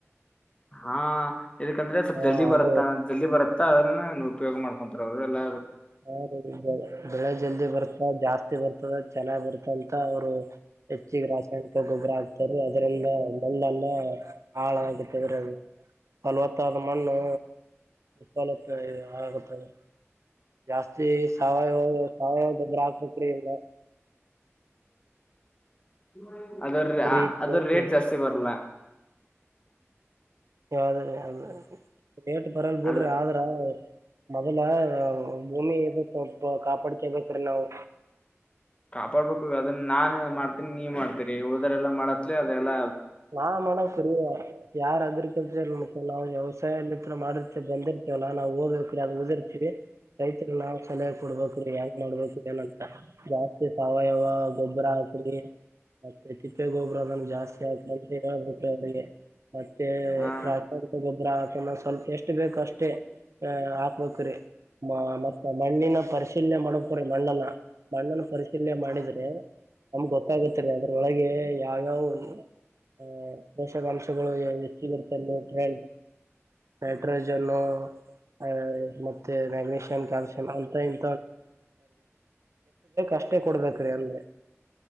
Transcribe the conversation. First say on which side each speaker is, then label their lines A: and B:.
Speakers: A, on the left (about 20°); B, on the right (about 80°).
A: ಹ ಯಕಂದ್ರೆ ಸ್ಲ್
B: ಹ
A: ಜಲ್ದಿ
B: ಅದು
A: ಬರುತ್ತಾ ಜಲ್ದ ಬರುತ್ತ ಅದನ್ನ ನೀವು ಉಯೋಗ ಮಾಡ್ ಮಂತ್ರವ್ರು ಎಲ್ಲ
B: ಹ ಬೆ ಬೆಳೆ ಜಲ್ದಿ ಬರ್ತ ಜಾಸ್ತಿ ಬರ್ತದ ಚೆನ್ನಾಗ್ ಬರ್ತಂತ ಅವ್ರು ಹೆಚ್ಚಿಗೆ ರಾಸಾಯನಿಕ ಗೊಬ್ಬರ ಆಗ್ತಾರ ಅದ್ರಂದ ಮಲ್ಲೆಲ್ಲ ಹಾಳ ಆಾಗತದ್ರ ಫಲವತ್ತಾದ ಮಣ್ಣು ಸಾಲತ್ತ ಇ ಆಗದೆ ಜಾಸ್ತಿ ಸಾವಯವ ಸಾವಯವ ದೊಬ್ಬ್ರ ಆಾಪಕ್ರ ಇಲ್ಲ
A: ಹ್ಮ ಅದ್ರ
B: ಕುರಿ ಕೋಳಿ
A: ಅದ್ರ ರೇಟ್ ಜಾಸ್ತಿ ಬರಲ್ಲ
B: ಯಾವದ ಅ ರೇಟ್ ಬರಲ್ ಬಿಡ್ರಿ
A: ಅದ
B: ಆದ್ರ ಮೊದ್ಲ ಭೂಮಿ ಎದ ಕಾಪಾಡಿಕಬೇಕಡೆ ನಾವು
A: ಕೊಡ್ಬೇಕು ಅದನ್ನ ನಾನನ್ ಮಾಡ್ತೀನಿ ನೀವ್ ಮಾಡ್ತೀರಿ ಉಳದರೆ ಎಲ್ಲ ಮಾಡತ್ೇ ಅದೆಲ್ಲ
B: ನಾನ್ ಮಾಡೋಡ ಕುರಿ ಯಾರ್ ಅಗ್ರಿಕಲ್ಚರ್ ಮ ನಾವು ವ್ಯವಸಾಯಲ್ಲಿ ಮಾಡ ಮೆ ಬಂದಿರ್ತೇವಲ್ಲಾ ನಾವವು ಹೋಗ್ಬೇಕೀರಿ ಅದು ಉದಿರ್ತೀರಿ ರೈತರಲ್ಲಾ ಕಲ ಕೊಡ್ಬೇಕ್ರೀ ಹೆಂಗ್ ಮಾಡ್ಬೇಕ ಏನಂತ ಜಾಸ್ತಿ ಸಾವಯವ ಗೊಬ್ಬರ ಹಾಕ್ರಿ ಮತ್ತೆ ತಿಪ್ಪೆ ಗೊಬ್ಬರ ಅದನ್ ಜಾಸ್ತಿ ಹಾಕ್ ಅ ಹೇಳ್ಬೇಕ ಅದಿಗೆ ಮತ್ತೆ
A: ಹಾ
B: ರಾಸಾಯನಿಕ ಗೊಬ್ಬರ ಅನ್ನ ಸ್ವಲ್ಪ ಎಷ್ಟು ಬೇಕು ಅಷ್ಟೇ ಹಾಕ್ಬೇಕ್ರೀ ಮತ್ತ ಮಣ್ಣಿನ ಪರಿಶ ಪರಿಶೀಲನೆ ಮಾಡಕ್್ರ ಬಣ್ಣನ ಬಣ್ಣನ ಪರಿಶೀಲನೆ ಮಾಡಿದ್ರೆ ನಮ್ ಗೊತ್ತಾಗುತ್ತೆರಿ ಅದ್ರೊಳಗೆ ಯಾವ್ಯಾವ ಆ ಪೋಷಕಾಂಶಗಳು ಹೆಚ್ಚಗ ಇರ್ತದೆ್ರ ನೈಟ್ರೋಜನ್ ಆ ಮತ್ತೆ ಮ್ಯಾಗನೀಷಿಯಂ ಕ್ಯಾಲ್ಸಿಯಂ ಅಂತ ಇ ಅಷ್ಟೇ ಕೊಡ್ಬೇಕ್ರಿ ಅಂದ್ರೆ